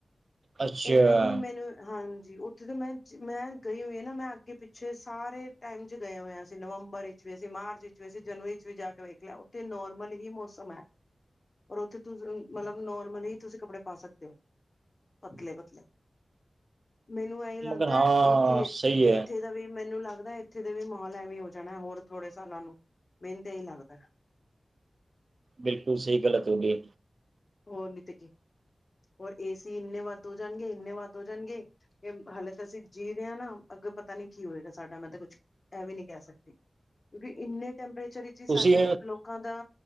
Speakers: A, on the right; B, on the left.
A: ਅੱਛਾ
B: ਇਵੇਂ ਹੀ ਮੈਨੂੰ ਹਾਂਜੀ ਉੱਥੇ ਜਦੋਂ ਮੈਂ- ਮੈਂ ਗਈ ਹੋਈ ਆ ਨਾ ਮੈਂ ਅੱਗੇ ਪਿੱਛੇ ਸਾਰੇ ਟਾਈਮ 'ਚ ਗਏ ਹੋਏ ਅਸੀਂ ਨਵੰਬਰ ਵਿੱਚ ਵੀ ਅਸੀਂ ਮਾਰਚ 'ਚ ਵੇਸੈ ਜਨਵਰੀ 'ਚ ਵੀ ਜਾ ਕੇ ਵੇਖ ਲਿਆ ਉੱਥੇ ਨੋਰ ਵੰਨਗੀ ਮੌਸਮ ਐ ਪਰ ਉੱਥੇ ਤੁਸੀਂ ਮਤਲਬ ਨੋਰਮਲ ਹੀ ਤੁਸੀਂ ਕੱਪੜੇ ਪਾ ਸਕਦੇ ਹੋ। ਪਤਲੇ - ਪਤਲੇ ਮੈਨੂੰ ਐ ਲੱਗਦਾ
A: ਮਗਰ ਹਾਂ
B: ਇੱਥੇ-
A: ਸਹੀ ਹੈ
B: ਇੱਥੇ ਦਾ ਵੀ ਮੈਨੂੰ ਲੱਗਦਾ ਇੱਥੇ ਦੇ ਵੀ ਮਾਹੌਲ ਐਵੇਂ ਹੋ ਜਾਣਾ ਹੋਰ ਥੋੜੇ ਸਾਲਾਂ ਨੂੰ ਮੈਨੂੰ ਤਾਂ ਇਹੀ ਲੱਗਦਾ।
A: ਬਿਲਕੁਲ ਸਹੀ ਗੱਲ ਆ ਥੋਡੀ।
B: ਹੋਰ ਨੀ ਤੇ ਕੀ ਹੋਰ ਏ ਸੀ ਇੰਨੇ ਵੱਧ ਹੋ ਜਾਣਗੇ ਇੰਨੇ ਵੱਧ ਹੋ ਜਾਣਗੇ ਏ ਹਾਲੇ ਤਾਂ ਅਸੀਂ ਜੀਅ ਰਹੇ ਆ ਨਾ ਅੱਗੇ ਪਤਾ ਨੀ ਕੀ ਹੋਏਗਾ ਸਾਡਾ ਮੈਂ ਤੇ ਕੁਛ ਐ ਵੀ ਨਹੀ ਕਹਿ ਸਕਦੀ। ਕਿਉਂਕਿ ਇੰਨੇ ਟੈਂਪਰੇਚਰ ਵਿੱਚ ਹੀ ਸਾਡੇ
A: ਤੁਸੀਂ
B: ਲੋਕ ਲੋਕਾਂ ਦਾ